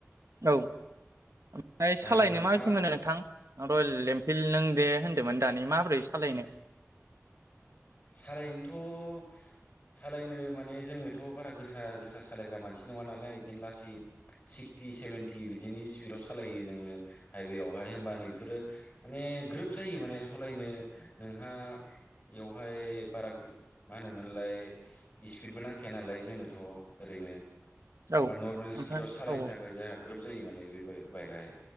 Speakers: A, on the right (about 75°); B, on the left (about 30°).
A: औ ओमफाय
B: दा
A: सालायनो
B: नोंथाङा
A: माबिदि मोनो नोंथां? रयेल एमफिल्ड नों दे होन्दोमोन दानि माबोरै सालायनो?
B: सारायनोथ' सालायनो माने जोङोथ' बारा गोसा गोसा सालायग्रा मानसि नङा नालाय इदिनो लासै सिक्सटि सेभेेनटि बिदिनि स्पिडाव सालायो जोङो हाइवेयावहाय होम्बा नै बिफोरो माने ने ग्रोब जायो माने सालायनो नोंहा एव ओय बारा गो मा होनोमोनलाय इस्पिडबो नांखाया नालाय जोंनोथ' ओरैनो।
A: औ
B: मा नर्मेल
A: ओमफ्राय
B: स्पिडाव सालायनो
A: औ
B: थाखाय जाहा ग्रोब जायो माने बेफार बाइकआहाय।